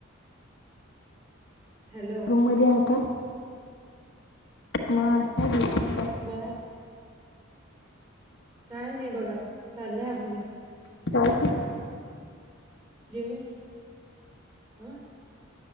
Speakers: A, on the right; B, on the left.
A: हॅलो.
B: रूम मध्ये आहेत होय. मग <unintelligible>
A: बराय. काय नाही बघा. चाललंय आपलं.
B: काय, चाललंय.
A: जेऊन <unintelligible> अं.